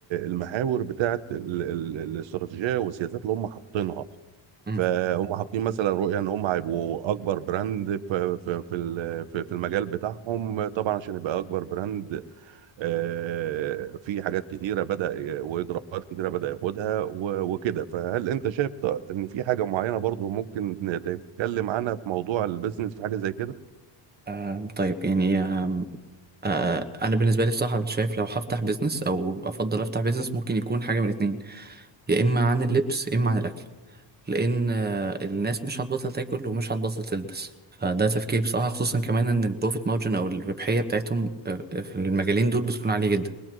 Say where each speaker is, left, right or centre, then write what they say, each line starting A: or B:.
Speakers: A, on the right; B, on the right.
A: المحاور بتاعت ال- ال- الاستراتيجية والسياسات اللي هم حاطينها
B: مم.
A: فهم حاطين مثلا رؤية ان هم هيبقوا اكبر براند في في في ال- في في المجال بتاعهم طبعا عشان يبقى اكبر براند آه، في حاجات كتيرة بدأ ي- واجراءات كتيرة بدأ ياخدها و- وكده فهل انت شايف ط- ان في حاجة معينة برضو ممكن نتكلم عنها في موضوع البيزنس في حاجة زي كده
B: آه طيب يعني آه آه انا بالنسبه لي بصراحه شايف لو هفتح بيزنس او افضل افتح بيزنس ممكن يكون حاجه من الاتنين يا اما عن اللبس يا اما عن الاكل لان آه الناس مش هتبطل تاكل ومش هتبطل تلبس فده تفكير بصراحه خصوصا كمان ان البروفيت مارجن او الربحيه بتاعتهم آه، آه، في المجالين دول بتكون عاليه جدا